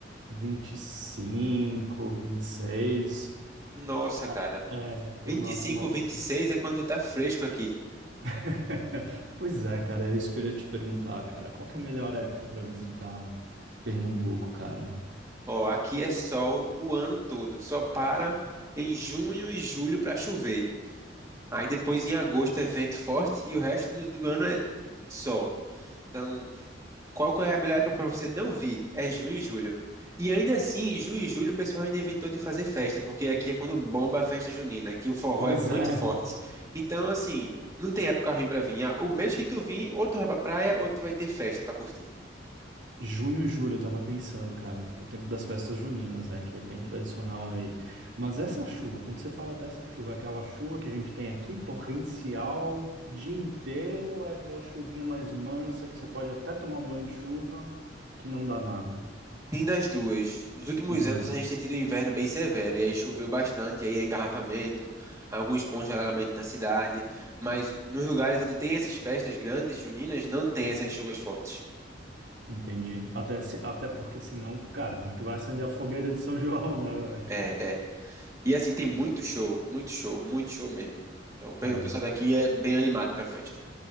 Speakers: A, on the right (about 75°); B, on the right (about 15°).
A: 25, 26.
B: Nossa,
A: Ah,
B: cara,
A: É, tem
B: 25,
A: uma, tem uma...
B: 26 é quando tá fresco aqui.
A: <laughs> Pois é, cara, é isso que eu queria te perguntar, cara. Qual que é a melhor época para visitar Pernambuco, cara?
B: Ó, aqui é sol o ano todo, só para em junho e julho pra chover. Aí depois em agosto é vento forte e o resto do, do ano é sol. Então, Qual que é a melhor época para você não vir? É junho e julho. E ainda assim, junho e julho, o pessoal ainda inventou de fazer festa, porque aqui é quando bomba a festa junina, que o forró
A: Pois
B: é muito
A: é.
B: forte. Então, assim, não tem época ruim pra vir. Ah, O mês que tu vir, ou tu vai pra praia, ou tu vai ter festa pra curtir.
A: Junho e julho, eu tava pensando, cara, o tempo das festas juninas, né, que é bem tradicional aí. Mas essa chuva, quando você fala dessa chuva, é aquela chuva que a gente tem aqui, torrencial, dia inteiro, ou é aquela chuvinha mais mansa que você pode até tomar um banho de chuva, que não dá nada?
B: Tem das duas. Nos últimos
A: Hum,
B: anos, a gente tem tido um inverno bem severo, e aí choveu bastante, e aí é engarrafamento, alguns pontos de alagamento na cidade. Mas nos lugares onde tem essas festas grandes, juninas, não tem essas chuvas fortes.
A: entendi. Até, se- até porque senão, cara, como é que vai acender a fogueira de São João, né, velho?
B: É, é. E assim, tem muito show, muito show, muito show mesmo. Então, o pe-
A: É. É.
B: o pessoal daqui é bem animado pra festa.